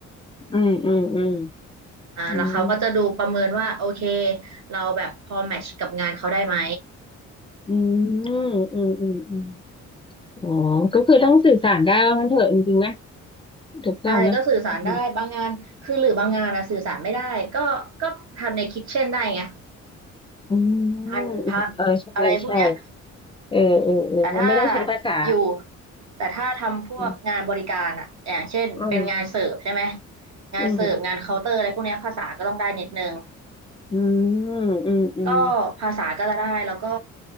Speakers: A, on the left (about 20°); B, on the right (about 65°).
A: อืมอืมอืม
B: อ่าแล้วเขาก็จะดูประเมินว่าโอเค
A: อืม
B: เราแบบพอแมทช์กับงานเขาได้ไหม
A: อืมอืมอืมอืมอ๋อก็คือต้องสื่อสารได้ว่างั้นเถอะจริงๆนะถูกต้องไหมอืม
B: ใช่ก็สื่อสารได้บางงานคือหรือบางงานนะสื่อสารไม่ได้ก็ก็ทำในคิทเช่นได้ไง
A: อืมอืมเออใช่ใช่
B: พันพักอะไรพวกเนี้ย
A: เออเออเออมันไม่ต้องใช้ภาษา
B: แต่ถ้าอยู่แต่ถ้าทำพวกงานบริการอะอย่างเช่นเป็นงานเสิร์ฟใช่ไหม
A: อืมอ
B: งานเสิร์ฟงานเคาน์เตอร์อะไรพวกเนี้ยภาษาก็ต้องได้นิดนึง
A: ืมอืมอืมอืมอืม
B: ก็ภาษาก็จะได้แล้วก็